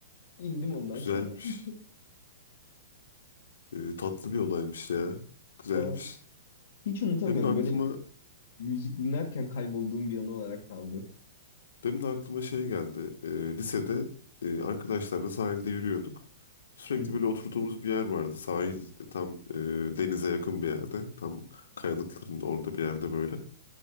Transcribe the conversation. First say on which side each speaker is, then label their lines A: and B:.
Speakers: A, on the left; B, on the left.
A: İndim ondan
B: Güzelmiş.
A: sonra. <laughs>
B: E, tatlı bir olaymış ya. Güzelmiş.
A: Ha, Hiç unutamıyorum
B: Benim de aklıma
A: böyle müzik dinlerken kaybolduğum bir anı olarak kaldı.
B: Benim de aklıma şey geldi. Ee, lisede e, arkadaşlarla sahilde yürüyorduk. Sürekli
A: Hı hı.
B: böyle oturduğumuz bir yer vardı. Sahil tam e, denize yakın bir yerde. Tam kayalıkların orada bir yerde böyle.